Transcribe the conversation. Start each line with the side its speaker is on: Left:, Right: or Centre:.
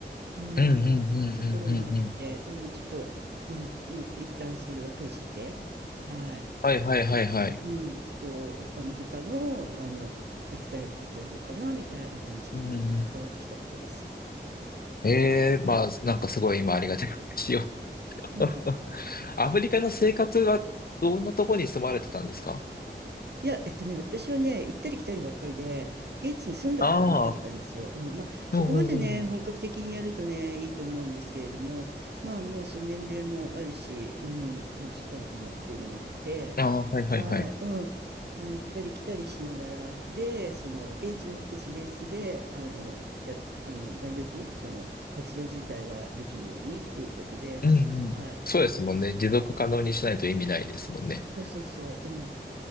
Right: うん、
Left: うんうんうんうんうんうん。
Right: いうところもあって、うん、ちょっと、うん、もう一旦それは閉じて、はい、
Left: はいはいはいはい。
Right: うん、ちょっと、あの、他の、あの、手伝えることをやろうかな、みたいな感じに、
Left: うんう
Right: うん、変わってきたとこです。
Left: ん。ええーまあ、なんかすごい今ありがたい話を。
Right: うん
Left: <laughs> アフリカの生活はどんなとこに住まれてたんですか
Right: いや、えっとね、私はね、行ったり来たりばっかりで、現地に住んだことはなかったんですよ。
Left: ああー。
Right: うん、まあ、
Left: うんうんうんうん。
Right: そこまでね、本格的にやるとね、いいと思うんですけれども、まあ、もうその年齢もあるし、うん、まあ、ちょっと家族もっていうのもあって、
Left: ああ、はいはいはい。
Right: はい、うん、まあ、行ったり来たりしながら、で、その、現地の人たちベースで、あの、や、あの、なるべく、その、活動自体はできるようにっていうことで、
Left: うんうん。
Right: はい、
Left: そうですもんね。
Right: うん、
Left: 持続可能にしないと意味ないですもんね。
Right: そうそうそう、うん、